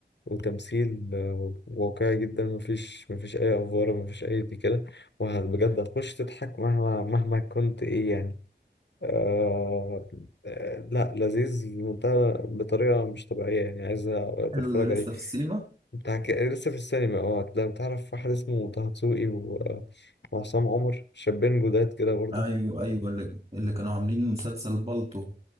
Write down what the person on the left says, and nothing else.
وتمثيل آه، واقعي جدا مفيش مفيش أي أفوارة مفيش أي دي كده وبجد هتخش تضحك مهما مهما كنت إيه يعني آه آه، لا لذيذ لمنتهى بطريقة مش طبيعية يعني عايز
تتفرج
عليه
انت هك- لسه في السينما اه لو تعرف واحد اسمه طه دسوقي و- وعصام عمر شابين جداد كده برضو